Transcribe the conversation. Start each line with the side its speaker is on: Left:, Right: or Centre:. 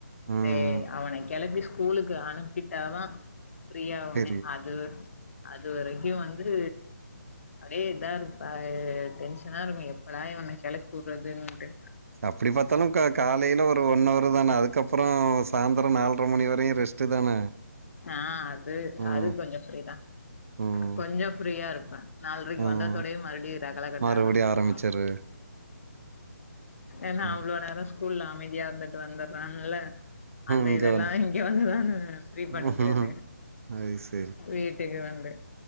Left: தெ
Right: ம்
Left: அவனுக் கிளப்பி ஸ்கூலுக்கு அனுப்பிட்டாதா ஃப்ரீயாவுமே
Right: செரி
Left: அது அது வரைக்கு வந்து அப்டியே இதா இருப்பா டென்ஷனா இருக்கு எப்படா இவன கிளப்பி வுடுறதுன்டு
Right: சொ அப்டி பாத்தாலு க காலைல ஒரு ஒன் அவர் தானே அதுக்கப்றோ சாந்தரோ நால்ரை மணி வரையு ரெஸ்ட்டு தானே
Left: ஆ
Right: ம்
Left: அது கொஞ்சோ ஃப்ரீதா
Right: ம்
Left: கொஞ்சோ ஃப்ரீயா இருப்பே நாலரைக்கு
Right: ம்
Left: வந்ததோடயே மறுபடியு ரகள கட்ட
Right: மறுபடியும்
Left: ஆரம்பிச்சுருவா
Right: ஆரம்பிச்சிரு
Left: ஏனா
Right: ம்
Left: அவ்ளோ நேரோ ஸ்கூல்ல அமைதியா இருந்துட்டு வந்துடுறான்ல அந்த
Right: இங்க
Left: இதெல்லா
Right: வந்து
Left: இங்க வந்துதானே ஃப்ரீ பண்ணிக்கிறது
Right: ம் அது சரி
Left: வீட்டுக்கு வந்து